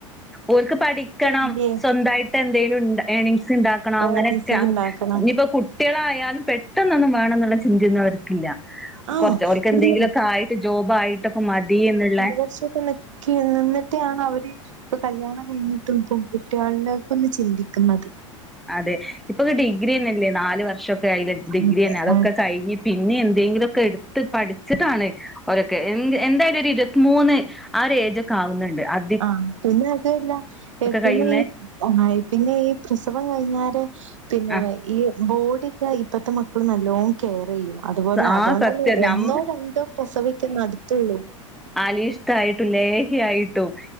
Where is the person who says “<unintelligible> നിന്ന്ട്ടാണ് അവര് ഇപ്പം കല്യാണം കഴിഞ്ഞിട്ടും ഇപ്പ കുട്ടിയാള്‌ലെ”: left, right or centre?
Right